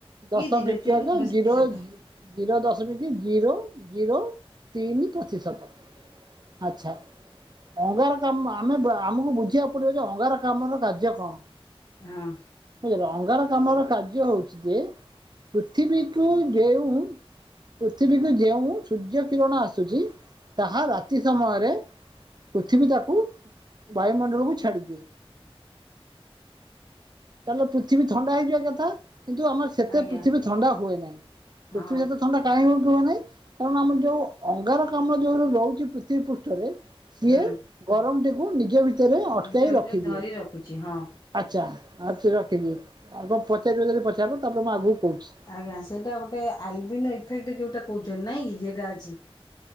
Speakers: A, on the right; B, on the left.
A: ଦଶମିକ
B: ଜିରୋ ତିନି ପ୍ରତିଶତ
A: ଜିରୋ ଜିରୋ ଦଶମିକ ଜିରୋ- ଜିରୋ ତିନି ପ୍ରତିଶତ ଆଛା। ଅଙ୍ଗାରକ୍ଲାମ ଆମ ଦ୍ୱାରା ଆମକୁ ବୁଝିବାକୁ ପଡିବ। ଅଙ୍ଗାରକ୍ଲାମର କାର୍ଯ୍ୟ କଣ?
B: ହଁ
A: <unintelligible> ଅଙ୍ଗାର- ଆମର କାର୍ଯ୍ୟ ହଉଛି ଯେ ପୃଥିବୀକୁ ଯେଉଁ ପୃଥିବୀକୁ ଯେଉଁ ସୂର୍ଯ୍ୟ କିରଣ ଆସୁଛି ତାହା ରାତି ସମୟରେ ପୃଥିବୀ ତାକୁ ବାୟୁମଣ୍ଡଳକୁ ଛାଡ଼ି ଛି ତାହେଲେ ପୃଥିବୀ ଥଣ୍ଡା ହେଇଯିବା କଥା। କିନ୍ତୁ ଆମ ସେତେ
B: ଆଜ୍ଞା।
A: ପୃଥିବୀ ଥଣ୍ଡା ହୁଏ ନାହିଁ
B: ହଁ
A: ପୃଥିବୀ ସେତେ ଥଣ୍ଡା କାହିଁ ହଉନି? ହୁଏନି କାରଣ ଆମର ଯୋଉ ଅଙ୍ଗାରକ୍ଲାମ ଯୋଉ ରହୁଛି ପୃଥିବୀ ପୃଷ୍ଠରେ। ସିଏ
B: ହୁଁ
A: ଗରମଟିକୁ ନିଜ ଭିତରେ ଅଟ-
B: ନିଜ
A: କେହି
B: ଭିତରେ
A: ରଖିଦିଏ
B: ଧରି ରଖୁଛି ହଁ।
A: ଆଚ୍ଛା ଆ- କି ଆଉ ପଚାରିବ ଯଦି ପଚାରିବ ତାପରେ ମୁଁ ଆଗକୁ- କହୁଛି।
B: ଆଜ୍ଞା ସେଇଟା ଗୋଟେ <unintelligible> ଯୋଉଟା କହୁ- ଚ ନାହିଁ କି ସେଇଟା ଅଛି।